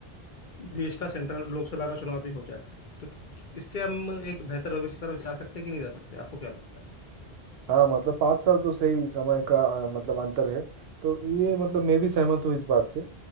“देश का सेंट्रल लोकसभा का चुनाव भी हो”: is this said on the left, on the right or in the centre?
Left